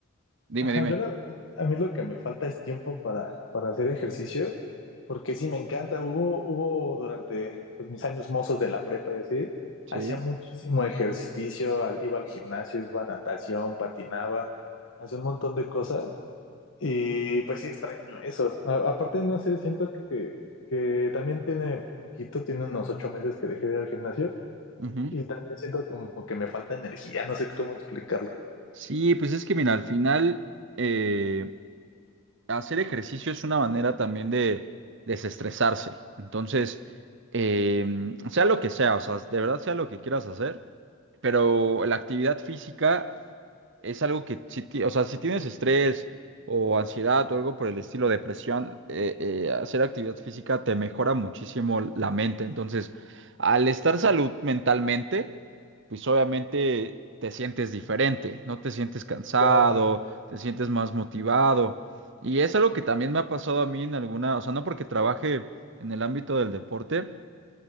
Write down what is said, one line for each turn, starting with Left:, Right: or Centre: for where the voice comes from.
Right: dime,
Left: ajá,
Right: dime.
Left: yo la verdad, a mí lo que me falta es tiempo para, para hacer ejercicio, porque sí me encanta. Hubo, hubo durante pues, mis años mozos de la prepa y así,
Right: Sí.
Left: hacía muchísimo ejercicio, a- iba al gimnasio, iba a natación, patinaba, hacía un montón de cosas. Y pues sí extraño eso. A- aparte, no sé, siento que, que también tiene poquito, tiene unos ocho meses que dejé de ir al gimnasio.
Right: ujú.
Left: Y también siento como que me falta energía, no sé cómo explicarlo.
Right: Sí, pues es que mira, al final eh, hacer ejercicio es una manera también de desestresarse. Entonces, eh, sea lo que sea, o sea, de verdad sea lo que quieras hacer, pero la actividad física es algo que, si, ti- o sea, si tienes estrés o ansiedad o algo por el estilo, depresión, eh, eh, hacer actividad física te mejora muchísimo la mente. Entonces, al estar salud mentalmente, pues obviamente te sientes diferente, no te sientes cansado,
Left: Claro,
Right: te sientes más motivado. Y es algo que también me ha pasado a mí en alguna, o sea, no porque trabaje en el ámbito del deporte,